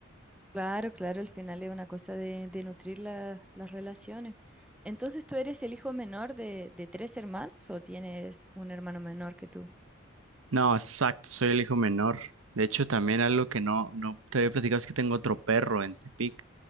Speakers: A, in the centre; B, on the right.
A: Claro, claro, al final es una cosa de, de nutrir la- las relaciones. Entonces, ¿tú eres el hijo menor de, de tres hermanos o tienes un hermano menor que tú?
B: No, exacto, soy el hijo menor. De hecho, también algo que no, no te había platicado es que tengo otro perro en Tepic.